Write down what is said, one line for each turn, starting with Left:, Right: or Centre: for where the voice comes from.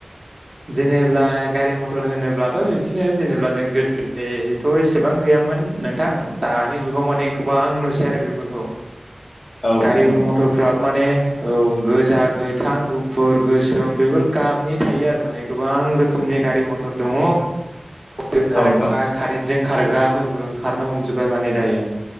Right: जेनेबब्ला गारि मथर होनोब्लाथ' बिदिनो जेनेबा जों गोदोथ' एसेबां गैयाम। मोन नोंथां दानि जुगाव माने गोबां नुसै आरो बेफोरखौ।
Left: औ
Right: गारि
Left: नोंथां औ
Right: मथरफोरा माने औ गोजा, गोथां, गुफुर। गोसोम बेफोर गाबनि थायो आरो माने गोबां रोखोमनि गारि मथर दङ। ग
Left: औ नोंथां
Right: कारेन्टजों खारग्राफोरबो ओंखारनो हमजोबबाय माने दायो।